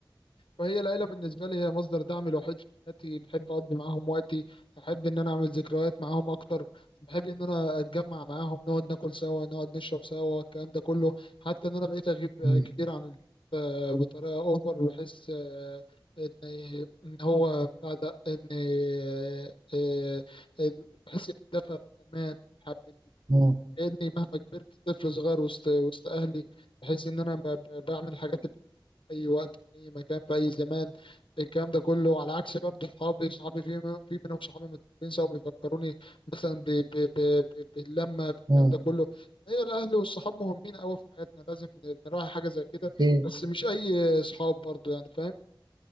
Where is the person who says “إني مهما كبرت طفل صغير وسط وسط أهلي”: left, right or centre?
Left